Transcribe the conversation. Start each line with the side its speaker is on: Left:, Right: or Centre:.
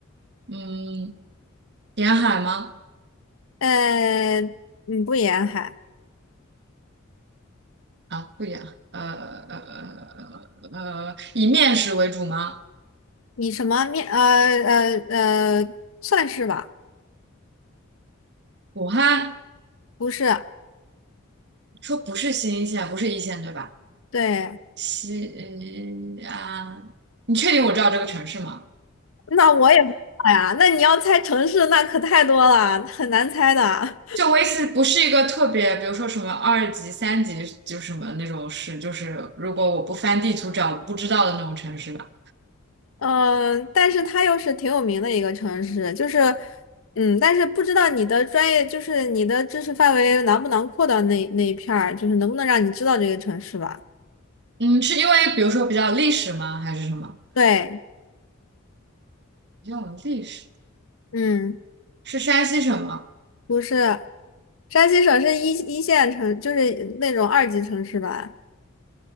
Right: 嗯，沿海吗？
Left: 呃，嗯，不沿海，
Right: 啊，不一样，呃呃呃呃，呃以面食为主吗？
Left: 你什么面？呃呃呃，算是吧，
Right: 武汉
Left: 不是，
Right: 说不是新一线，不是一线对吧？
Left: 对，
Right: 西呃安，你确定我知道这个城市吗？
Left: 那我也不知道呀。那你要猜城市，那可太多了，很难猜的。
Right: 就我意思，不是一个特别，比如说什么二级、三级，就是什么那种市，就是如果我不翻地图找不知道的那种城市吧。
Left: 嗯、呃但是它又是挺有名的一个城市，就是，嗯，但是不知道你的专业，就是你的知识范围囊不囊括到那那一片儿，就是能不能让你知道这个城市吧？
Right: 嗯，是因为比如说比较有历史吗？还是什么？
Left: 对，
Right: 比较有历史
Left: 嗯，
Right: 是山西省吗？
Left: 不是，山西省是一一线城，就是那种二级城市吧。